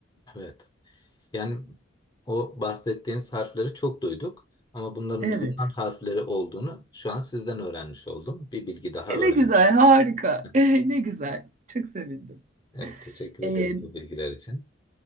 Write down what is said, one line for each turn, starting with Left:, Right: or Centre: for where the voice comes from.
Left: Evet. Yani o bahsettiğiniz harfleri çok duyduk ama bunların
Right: Evet.
Left: Yunan harfleri olduğunu şu an sizden öğrenmiş oldum. Bir bilgi daha
Right: E,
Left: öğrenmiş
Right: ne güzel, harika.
Left: oldum.
Right: <laughs> E, ne güzel. Çok sevindim.
Left: Evet, teşekkür
Right: E,
Left: ederiz bu bilgiler için.